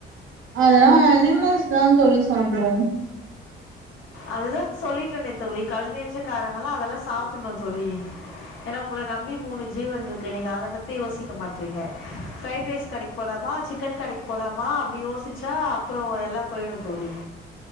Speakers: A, on the right; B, on the left.
A: அதெல்லா அனிமல்ஸ் தா தோழி சாப்டு
B: அதுதா சொல்லிட்டேனே தோழி கல்நெஞ்சக்காரங்கல்லா அதெல்லா சாப்புண்ணு தோழி ஏனா உங்கள நம்பி மூணு ஜீவன்ட்ருக்கு நீங்க அத பத்தி யோசிக்க மாட்றீங்க ஃப்ரைட் ரைஸ் கடைக் போலாமா சிக்கன் கடைக்கு போலாமா அப்டி யோசிச்சா அப்றோ எல்லா போய்டு தோழி